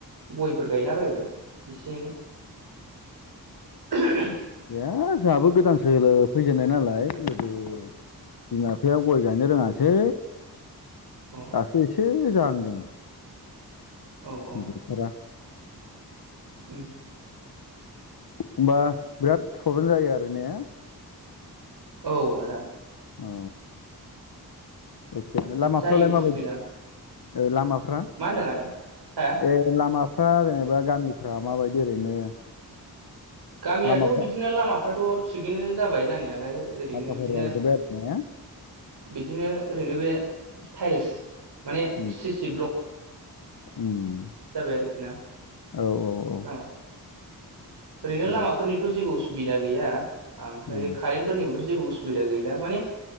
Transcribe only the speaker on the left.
दा जोंहाबो गोदानसोलो फैजेननाय नालाय गोदो बिमा बिफाया गय गायनो रोङासै
दासो एसे जांहांदों
गैथारा
होमबा बिराद प्रब्लेम जायो आरो ने?
औ एखि लामाफ्रालाय
माबायदि? ओ लामाफ्रा
ए लामा फ्रा जेनेबा गामिफ्रा माबायदि ओरैनो?
लामाफ्रा
फाखा
फारि जाजोब्बाय आरो ने
उम
उम
औ औ औ
दे
औ